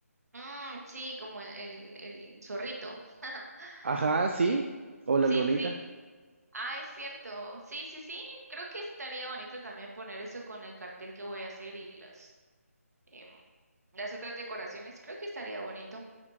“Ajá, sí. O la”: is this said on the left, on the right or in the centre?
Right